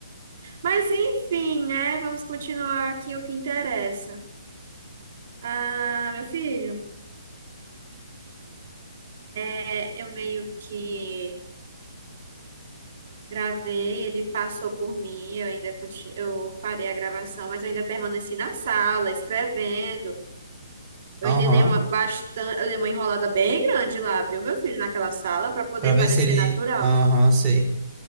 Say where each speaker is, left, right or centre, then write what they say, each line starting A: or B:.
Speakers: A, on the right; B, on the right.
A: Mas enfim, né? Vamos continuar aqui o que interessa. Ah, meu filho, é, eu meio que gravei, ele passou por mim, eu ainda conti- eu parei a gravação, mas eu ainda permaneci na sala, escrevendo. Eu
B: Aham.
A: ainda dei uma bastante, eu dei uma enrolada bem grande lá, viu, meu filho, naquela sala, para poder
B: Pra ver
A: parecer
B: se ele.
A: natural.
B: Aham, sei.